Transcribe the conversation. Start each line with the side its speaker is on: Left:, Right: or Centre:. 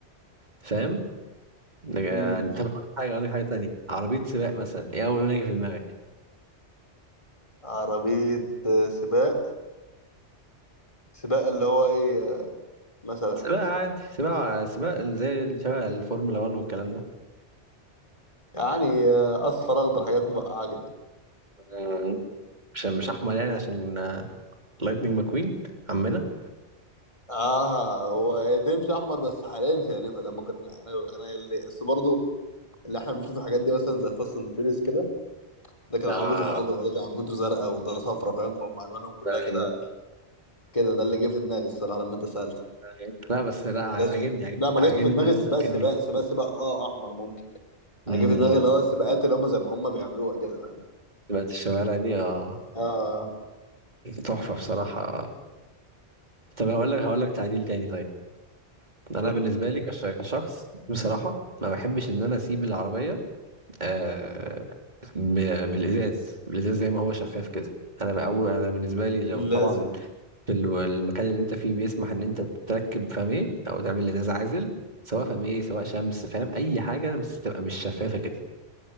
Right: فاهم يعني
Left: امم
Right: طب اقول لك حاجه اقول لك حاجه تانية عربيه سباق مثلا ايه اول ما يجي في دماغك
Left: عربيه آه، سباق سباق اللي هو ايه آه، مثلا
Right: سباق عادي سباق سباق زي شبه الفورمولا 1 والكلام ده
Left: يعني آه، اصفر اخضر حاجات مبقعه كده
Right: مم. مش مش احمر يعني عشان لايتنينج ماكوين عمنا
Left: اه هو هي تمشي احمر بس حاليا في يعني لما كنا انا انا اللي بس برضه اللي احنا بنشوف الحاجات دي مثلا زي فاست اند فيوريوس كده ده كان
Right: آه.
Left: عربيته خضراء وده كان عربيته زرقاء وده صفرا فاهم فهم الوانهم كلها
Right: طيب،
Left: كده كده ده اللي جه في دماغي الصراحه لما انت سالت
Right: طيب. لا بس لا
Left: جاش
Right: انا عاجبني
Left: في...
Right: عاجبني
Left: لا ما
Right: عاجبني
Left: جاش في دماغي
Right: طريقه
Left: السباق
Right: التفكير
Left: سباق
Right: دي
Left: سباق سباق اه احمر ممكن
Right: امم
Left: انا جه في دماغي اللي هو السباقات اللي هم زي ما هم بيعملوها كده فاهم
Right: سباقات الشوارع دي اه
Left: اه
Right: تحفه بصراحه طب هقول لك هقول لك تعديل تاني طيب انا
Left: قول
Right: بالنسبه
Left: لي
Right: لي كش- كشخص بصراحه ما بحبش ان انا اسيب العربيه آه ب- بالازاز بالازاز زي ما هو شفاف كده انا بأول انا بالنسبه لي لو
Left: لازم
Right: طبعا في ال- المكان اللي انت فيه بيسمح ان انت تركب فميه او تعمل ازاز عازل سواء فميه سواء شمس فاهم اي حاجه بس تبقى مش شفافه كده